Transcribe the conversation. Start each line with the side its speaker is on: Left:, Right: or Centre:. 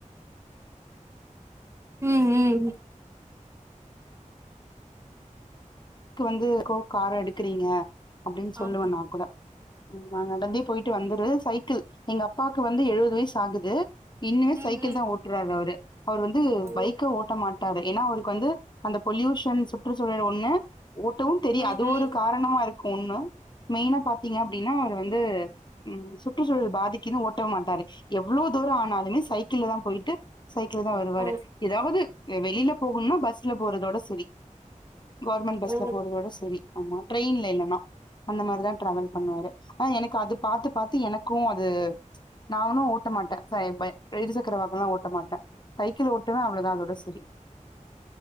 Right: உம் உம் ம்
Left: க்கு வந்து கோ கார எடுக்கறீங்க அப்டின்னு சொல்லுவ
Right: ஆமா.
Left: நா கூட நா நடந்தே போயிட்டு வந்துறது சைக்கிள் எங்க அப்பாவுக்கு வந்து எழுவது வயசு ஆகுது இன்னுமே
Right: ம்
Left: சைக்கிள்
Right: ம்
Left: தா ஓட்றாரு அவரு அவர் வந்து
Right: ஓ
Left: பைக்க ஓட்ட மாட் டாரு ஏனா அவருக்கு வந்து அந்த பொல்யூஷன் சுற்றுச்சூழல் ஒண்ணு ஓட்டவு தெரியு
Right: ம்
Left: அது
Right: ம்
Left: ஒரு
Right: ம்.
Left: காரணமா இருக் ஒண்ணு மெயினா பாத்தீங்க அப்டினா அவர் வந்து உம் சுற்று சூழல் பாதிக்கின்னு ட்ட மாட்டாரு எவ்ளோ தூரோ ஆனாலுமே சைக்கிள்ல தா போயிட்டு சைக்கிள் தா வருவாரு
Right: ஓ
Left: எதாவது வெளியில போகுனுனா பஸ்ல போறதோட சேரி <unintelligible>
Right: ஓ
Left: போறதோட செரி ஆமா ட்ரெயின்ல இல்லன்னா அந்த மாரிதா ட்ராவல் பண்ணுவாரு ஆனா எனக்கு அது பாத்து பாத்து எனக்கு அது நானு ஓட்ட மாட்ட செ இருசக்கரவாகனோல்லா ஓட்ட மாட்ட சைக்கிள் ஓட்டவே அவ்ளோதா அதோட செரி